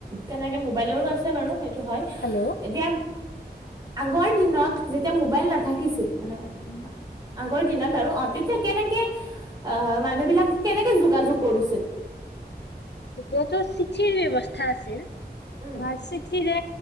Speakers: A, on the right; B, on the left.
A: তেনেকে মোবাইলৰো আছে বাৰু সেইটো হয়।
B: হেল্ল'
A: এতিয়া আগৰ দিনত যেতিয়া মোবাইল নাথাকিছিল মানে আগৰ দিনত আৰু অ তেতিয়া কেনেকে অ মানুহ বিলাক কেনেকে যোগাযোগ কৰিছিল?
B: তেতিয়াতো চিঠিৰ ব্যৱস্থা আছিল,
A: উম
B: বা চিঠিৰে